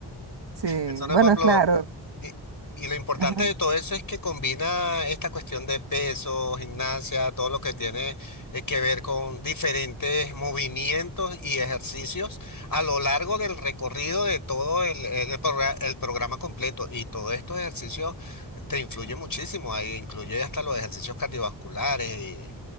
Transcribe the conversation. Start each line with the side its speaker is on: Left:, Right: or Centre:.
Right: Sí,
Left: Entonces,
Right: bueno,
Left: Pablo,
Right: es claro.
Left: y, y lo importante
Right: Ajá,
Left: de todo eso es que combina esta cuestión de peso, gimnasia, todo lo que tiene eh, que ver con diferentes movimientos y ejercicios a lo largo del recorrido de todo el, el- el progra- el programa completo. Y todos estos ejercicios te influyen muchísimo, ahí incluye hasta los ejercicios cardiovasculares